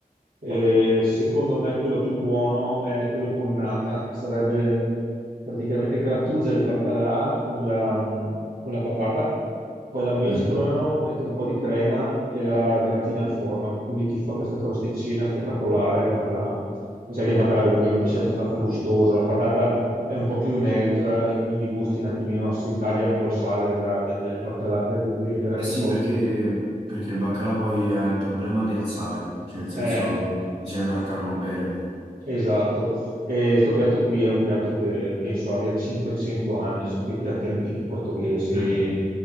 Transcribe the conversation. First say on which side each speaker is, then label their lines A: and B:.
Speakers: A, on the right; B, on the right.
A: Eh, secondo me quello più buono è quello con nata, che sarebbe praticamente grattugia il baccalà con la, con la patata, poi la mescolano,
B: Mhm.
A: mette un po' di crema e la gratina al forno. Quindi ti fa questa crosticina spettacolare il baccalà. E sai che il baccalà comunque è un pesce abbastanza gustoso, la patata è un po' più neutra e quindi i gusti un attimino si taglia un po' il sale della- del, del baccalà che altrimenti diventerebbe
B: Eh sì,
A: un po'
B: perché,
A: più
B: perché il baccalà poi ha il problema del sale, cioè nel senso
A: eh,
B: bisogna trattarlo bene.
A: Esatto, e questo piatto qui è un piatto che penso abbia 500 anni, sono quei piatti antichi portoghesi,
B: Mm.